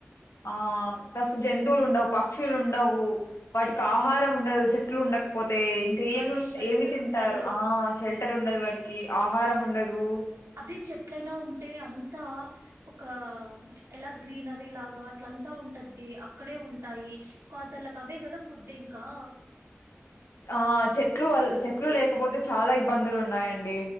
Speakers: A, on the left; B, on the right.
A: ఆ ఫస్ట్ జంతువులు ఉండవ్ పక్షులు ఉండవ్ ఉహు వాటికి ఆహారం ఉండదు చెట్లు ఉండకపో తే ఇంకా ఏమి
B: వాటికి షెల్టర్
A: ఏమి తింటారు
B: ఉండదు
A: ఆ షెల్టర్ ఉండదు వాటికి ఆహారం ఉండదు
B: అది చెట్లైనా ఉంటే అంత ఒక ఉచ్ ఎలా గ్రీనరీ లాగా అట్లంతా ఉంటది అక్కడే ఉంటాయి కాదలక అవే కథ ఫుడ్ ఇంకా
A: ఆ చెట్లు చెట్లు లేకపోతే చాలా ఇబ్బందులు ఉన్నాయండి